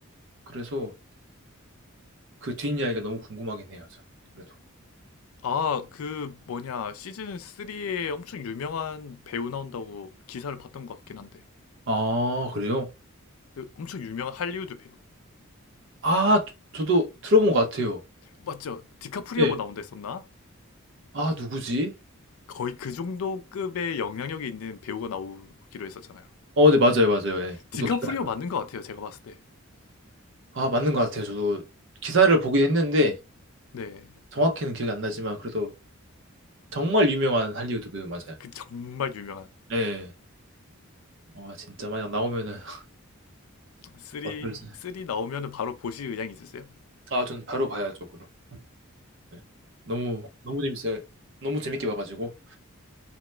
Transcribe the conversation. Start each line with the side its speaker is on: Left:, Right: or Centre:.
Right: 그래서 그 뒷이야기가 너무 궁금하긴 해요. 저- 그래도.
Left: 아, 그 뭐냐. 시즌 3에 엄청 유명한 배우 나온다고 기사를 봤던 것 같긴 한데.
Right: 아, 그래요?
Left: 그 엄청 유명한 할리우드 배우.
Right: 아, 저- 저도 들어본 것 같아요.
Left: 맞죠? 디카프리오가
Right: 네.
Left: 나온다 했었나?
Right: 아, 누구지?
Left: 거의 그 정도 급의 영향력이 있는 배우가 나오기로 했었잖아요.
Right: 어, 네, 맞아요, 맞아요. 예. 저도
Left: 디카프리오
Right: 기사,
Left: 맞는 것 같아요. 제가 봤을 때.
Right: 아, 맞는 것 같아요. 저도 기사를 보긴 했는데
Left: 네.
Right: 정확히는 기억이 안 나지만 그래도 정말 유명한 할리우드 배우 맞아요.
Left: 그 정말 유명한.
Right: 예. 와, 진짜 만약 나오면은 <laughs>
Left: 쓰리
Right: 어떨지.
Left: 쓰리 나오면은 바로 보실 의향이 있으세요?
Right: 아, 전 바로 봐야죠, 그럼. 네. 너무 너무 재밌어요. 너무 재밌게 봐가지고